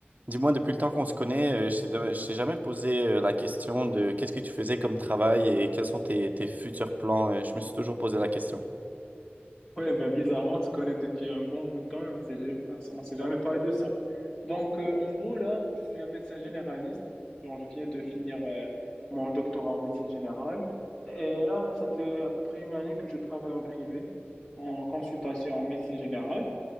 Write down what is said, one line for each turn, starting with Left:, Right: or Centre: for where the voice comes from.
Right: Dis-moi, depuis le temps qu'on se connaît, euh, je t'ai dema- je t'ai jamais posé euh, la question de qu'est-ce que tu faisais comme travail et quels sont tes, tes futurs plans. euh, je me suis toujours posé la question.
Left: Ouais, ben bizarrement, on se connaît depuis un bon bout de temps et on s'est, ja- on s'est jamais parlé de ça. Donc, euh, en gros, là, je suis un médecin généraliste. Genre, je viens de finir euh, mon doctorat en médecine générale. Et là, ça fait à peu près une année que je travaille en privé, en consultation en médecine générale.